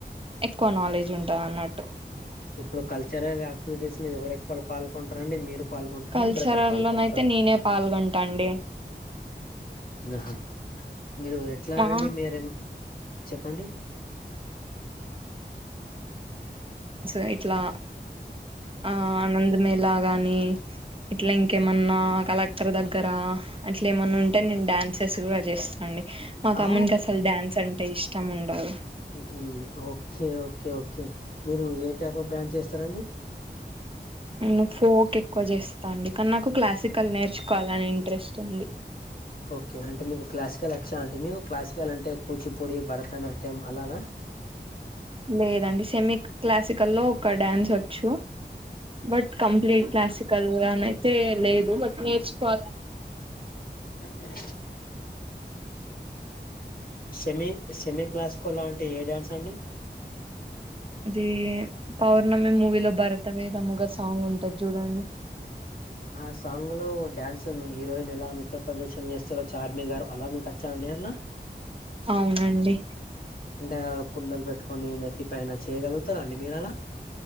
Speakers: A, on the right (about 30°); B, on the left (about 55°).
A: ఎక్కువ నాలెడ్జ్ ఉంటంది అన్నట్టు
B: ఇప్పుడు కల్చరల్ యాక్టివిటీస్ లో ఎవరు ఎక్కువలు పాల్కొంటరండి మీరు పాల్గొంటరా
A: కల్చరల్
B: మీ బ్రదర్ పాల్కొంటరా
A: లోనయితే నేనే పాల్గొంటా అండి
B: ఉన్ అహా మీరు ఎట్లా
A: మా
B: అండి మీరేం చెప్పండి
A: ఆ ఇట్లా ఆ ఆనంద్ మేళ గాని ఇట్లా ఇంకేమన్నా కలెక్టర్ దగ్గర అట్లా ఏమన్నా ఉంటే నేను డాన్సెస్ కూడా చేస్తా అండి మా తమ్మునికి
B: ఆ
A: అసలు డ్యాన్స్ అంటే ఇష్టం ఉండదు
B: ఓకే ఓకే ఓకే ఓకే మీరు ఏ టైప్ ఆఫ్ బ్రాండ్ చేస్తారండి
A: నేను ఫోక్ ఎక్కువ చేస్తా అండి కానీ నాకు క్లాసికల్ నేర్చుకోవాలని ఇంట్రెస్ట్ ఉంది
B: ఓకే అంటే మీకు క్లాసికల్ పిచ్చా అంటే మీకు క్లాసికల్ అంటే కూచిపూడి భరతనాట్యం అలానా
A: లేదండి సెమీ క్లాసికల్లో ఒక డ్యాన్స్ వచ్చు బట్ కంప్లీట్ క్లాసికల్ గానియితే లేదు బట్ నేర్చుకోవాల
B: అ సెమీ సెమి క్లాసికల్ లాంటి ఏ డ్యాన్స్ అండి
A: అది పౌర్ణమి మూవీలో భరత వేదముగా సాంగ్ ఉంటది చూడండి
B: ఆ సాంగ్ లో ఓ డ్యాన్స్ హీరోయిన్ ఎలా అ నృత్య ప్రదర్శన చేస్తారో చార్మి గారు అలా మీకు చాండి రన్నా
A: అవునండి
B: అంటే కుండలు పెట్టుకొని నెత్తి పైన చేయ్యగలుగుతారా అండి మీరు అలా